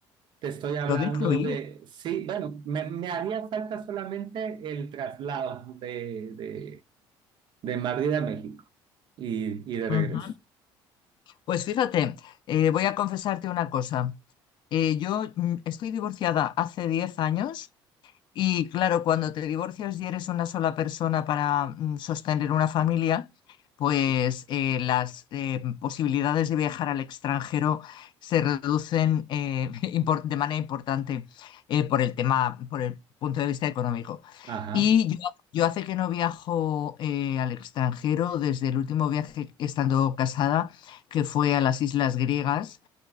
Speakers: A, on the right (about 55°); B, on the left (about 55°).
A: Te estoy hablando
B: todo incluido.
A: de, sí, bueno, me, me haría falta solamente el traslado de, de, de Madrid a México y, y de regreso.
B: Ujú. Pues fíjate, eh, voy a confesarte una cosa. Eh, yo mm, estoy divorciada hace diez años Y claro, cuando te divorcias y eres una sola persona para mm, sostener una familia, pues eh, las eh, posibilidades de viajar al extranjero se reducen eh, <laughs> impor- de manera importante eh, por el tema, por el punto de vista económico.
A: Ajá,
B: Y yo, yo hace que no viajo eh, al extranjero desde el último viaje estando casada, que fue a las Islas Griegas